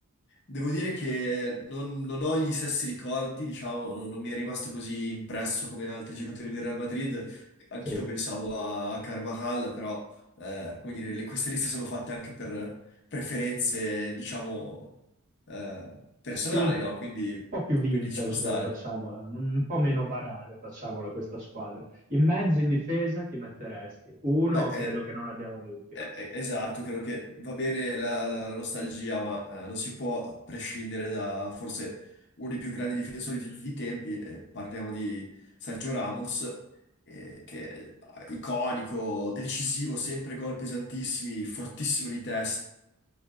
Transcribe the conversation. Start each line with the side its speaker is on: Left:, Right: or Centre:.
Left: Devo dire che non, non ho gli stessi ricordi, diciamo, non, non mi è rimasto così impresso come altri giocatori del Real Madrid. Anch'io
Right: che
Left: pensavo a, a Carvajal, però, eh, come dire, le- queste liste sono fatte anche per preferenze, diciamo, eh, personali,
Right: sia un
Left: no? Quindi,
Right: po' più vintage,
Left: quindi ci può stare.
Right: dai, facciamola, non- un po' meno banale, facciamola questa squadra. In mezzo, in difesa, chi metteresti? Uno,
Left: Beh,
Right: credo
Left: eh,
Right: che non abbiamo dubbi.
Left: Eh, eh, Esatto, credo che va bene la, la- la nostalgia, ma eh, non si può prescindere da forse uno dei più grandi difensori di tutti i tempi. eh, parliamo di Sergio Ramos, eh, che è iconico, decisivo, sempre gol pesantissimi, fortissimo di testa,